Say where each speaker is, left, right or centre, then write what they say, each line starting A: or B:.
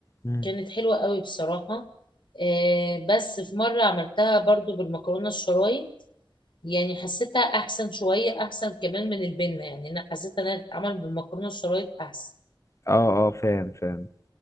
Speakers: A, on the left (about 35°); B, on the left (about 70°).
A: مم.
B: كانت حلوه قوي بصراحه إيه بس في مره عملتها برضو بالمكرونه الشرايط يعني حسيتها احسن شويه احسن كمان من البنه يعني انا حسيت انها تتعمل بالمكرونه الشرايط احسن
A: اه اه فاهم فاهم